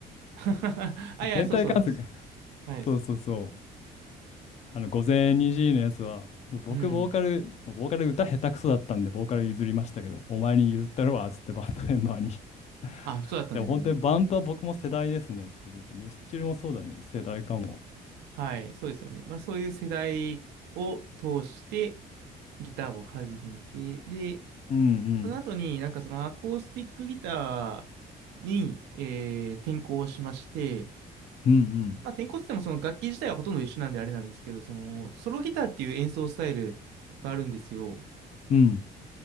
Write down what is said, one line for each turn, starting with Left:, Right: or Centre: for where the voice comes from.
Right: <laughs>
Left: <laughs>
Right: あ、いや、
Left: 天体観測。
Right: そうそう。はい。
Left: そうそうそう。あの、午前2時のやつは、僕、
Right: うん。
Left: ボーカル、ボーカル歌下手くそだったんで、ボーカル譲りましたけど、お前に譲ったるわ、つってバンドメンバーに。
Right: あ、
Left: <laughs>
Right: そうだったんですね。
Left: でも本当にバンプは僕も世代ですね。それで言うと、ミスチルもそうだね。世代かも。
Right: はい、そうですよね。まあそういう世代を通してギターを始めて、で、
Left: うんうん。
Right: その後に、なんかそのアコースティックギターに、えー転向しまして、
Left: うん
Right: まあ転向って言ってもその楽器自体はほとんど一緒なんであれなんですけど、そのソロギターっていう演奏スタイルがあるんですよ。
Left: うん。うん。